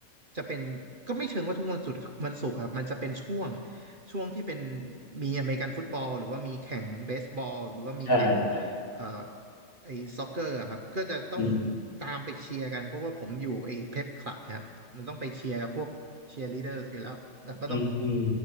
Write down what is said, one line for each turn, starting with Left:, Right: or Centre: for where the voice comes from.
Right: จะเป็นก็ไม่เชิงว่าทุกวันศุกร์ครับวันศุกร์ครับมันจะเป็นช่วงช่วงที่เป็นมีอเมริกันฟุตบอลหรือว่ามีแข่งเบสบอลหรือว่ามีแข่ง
Left: ใช่ใช่
Right: เอ่อไอ้ซ็อกเกอร์ครับก็จะต้อง
Left: อืม
Right: ตามไปเชียร์กันเพราะว่าผมอยู่ไอ้เพปคลับนะครับมันต้องไปเชียร์กับพวกเชียร์ลีดเดอร์อยู่แล้วแล้วก็ต้อง
Left: อืมอืม